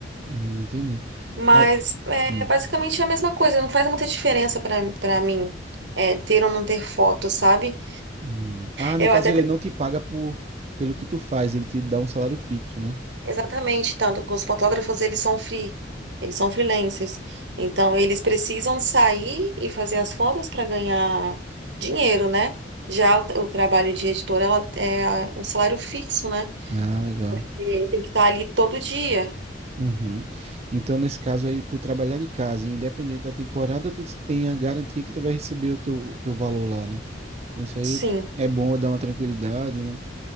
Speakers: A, on the right (about 35°); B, on the right (about 75°).
A: Hum, entendi.
B: Mas
A: Aí-
B: é
A: hum,
B: basicamente é a mesma coisa, não faz muita diferença para para mim, é, ter ou não ter foto, sabe?
A: hum. Ah, no
B: Eu
A: caso
B: até
A: ele
B: prefiro.
A: não te paga por, pelo que tu faz, ele te dá um salário fixo, né?
B: Exatamente, tanto que os fotógrafos eles são free, eles são freelancers. Então eles precisam sair e fazer as fotos para ganhar dinheiro, né? Já o, o trabalho de editora ela é um salário fixo, né?
A: Ah, legal.
B: E tem que estar ali todo dia.
A: Uhum. Então, nesse caso aí, tu trabalhar de casa, e independente da temporada, tu tem a garantia que tu vai receber o teu, teu valor lá, né? Então, isso aí
B: Sim.
A: é bom dar uma tranquilidade, né?